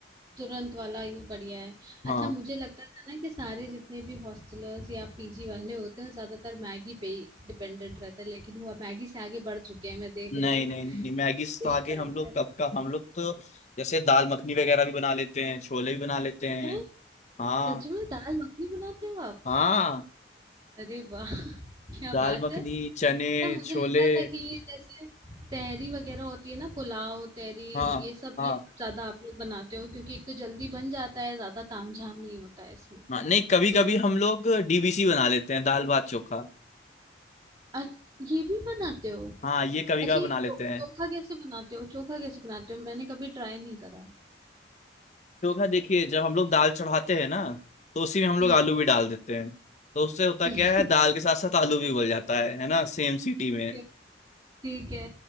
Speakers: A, on the right (about 30°); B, on the left (about 40°).
A: तुरंत वाला ही बढ़िया है
B: हाँ
A: अच्छा मुझे लगता था ना कि सारे जितने भी हॉस्टलर्स या पीजी वाले होते हैं ज्यादातर मैगी पे ही डिपेंडेंट रहते हैं लेकिन वो अब मैगी से आगे बढ़ चुके हैं मैं देख
B: नहीं
A: रही हूँ
B: नहीं नहीं, नहीं मैगी से
A: डिश
B: तो आगे
A: ट्राई
B: हम
A: कर
B: लोग कब का हम लोग तो जैसे दाल मखनी वगैरह भी बना लेते हैं छोले भी बना लेते हैं
A: हैं?
B: हाँ
A: सच में दाल मखनी बनाते हो आप
B: हाँ
A: अरे वाह <laughs> क्या
B: दाल
A: बात
B: मखनी
A: है
B: चने
A: अच्छा मुझे
B: छोले
A: लगता था कि ये जैसे तहरी वगैरह होती है ना पुलाव तहरी
B: हाँ
A: ये सब
B: हाँ
A: ये सब ज्यादा आप लोग बनाते हो क्योंकि एक तो जल्दी बन जाता है ज्यादा तामझाम नहीं होता है इसमें
B: हाँ नहीं कभी
A: तो
B: कभी हम लोग डीबीसी बना लेते हैं दाल भात चोखा
A: अच- ये भी बनाते हो
B: हाँ ये कभी
A: अच्छा
B: कभी
A: ये
B: बना लेते
A: चो,
B: हैं
A: चोखा कैसे बनाते हो चोखा कैसे बनाते हो मैंने कभी ट्राई नहीं करा है
B: चोखा देखिए जब हम लोग दाल चढ़ाते हैं ना तो उसी में हम लोग
A: हम्म
B: आलू भी डाल देते हैं तो उससे होता
A: <laughs>
B: क्या है दाल के साथ साथ आलू भी उबल जाता है है ना सेम सीटी
A: ठीक
B: में
A: है ठीक है